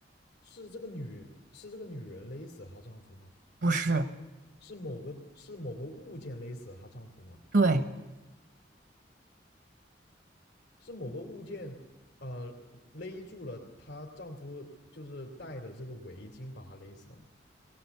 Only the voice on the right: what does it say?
不是，
对，